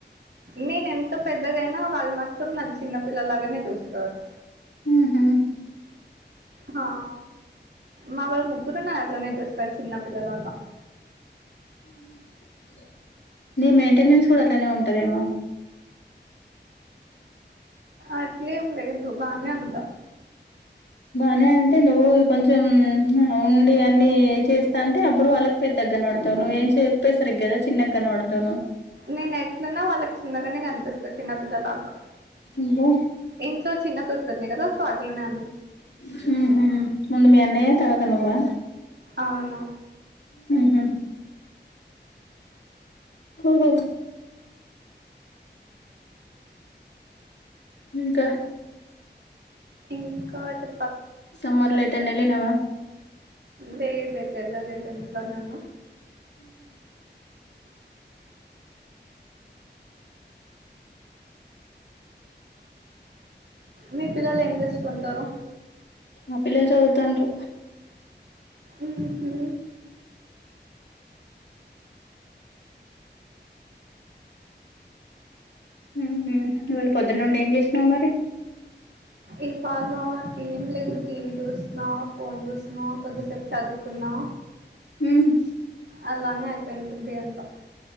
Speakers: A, on the right; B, on the left.
A: నేనేం. త పెద్దగైనా వాళ్ళు మాత్రం నన్ చిన్న పిల్లలాగానే చూస్తారు.
B: ఉహు
A: ఆ మా వాళ్ళు ముగ్గురు నన్ అట్లనే చూస్తారు చిన్నపిల్లలాగా.
B: <inaudible> నీ మెయింటెనెన్స్ కూడా అట్లానే ఉంటందేమో.
A: అట్లేం లేదు బానే ఉంటా.
B: బానే అంటే నువ్వు కొంచెం <unintelligible> ఉండి, అన్ని ఏ చేస్తాంటే అప్పుడు వాళ్ళకు పెద్ద. గానపప్తాన్నవ్ ఏం చెప్పేసరిగ్గాదా చిన్న కనపడతాన్నావ్.
A: నేను ఎట్లున్నా వాళ్ళకి చిన్నగానే కన్ ఇంకా చిన్న పిల్లలాగా
B: అబ్బో
A: ఇంట్లో చిన్న కూతురినే కదా ఫార్టీ ఉన్నాయి
B: హు ఉహ్మ్ ముందు మీ అన్నయ్య తర్వాత నువ్వా
A: అవును
B: హ్మ్ ఉ ఇంకా
A: ఇకా చే
B: సమ్మర్‌ల ఎటన్నా ఎళ్ళినావా
A: లేదే ఎతెల్ల లేదు ఇంట్లోనే ఉన్న మీ పిల్లలు ఏం చేస్తుంటారు
B: ఆ పిల్లలు చదువుతాంట్రు
A: ఉహు
B: మ్మ్ ఉమ్మ్ ఇవాళ పొద్దున్న నుండి ఏం చేస్తున్నావ్ మరి
A: ఇవాళ ఏం లేదు టీవీ చూసినా ఫోన్ చూసినా కొద్దిసేపు చదువుకున్నా
B: మ్మ్
A: అలానే అయిపోయింది డే అంతా